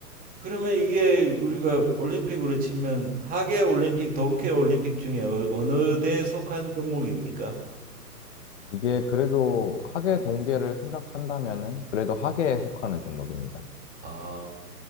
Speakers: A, on the right (about 15°); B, on the left (about 45°).
A: 그러면 이게 우리가 올림픽으로 치면 하계 올림픽, 동계 올림픽 중에 어- 어느 대에 속한 종목입니까?
B: 이게 그래도 학예 동계를 생각한다면은, 그래도 학예에 속하는 종목입니다.
A: 아,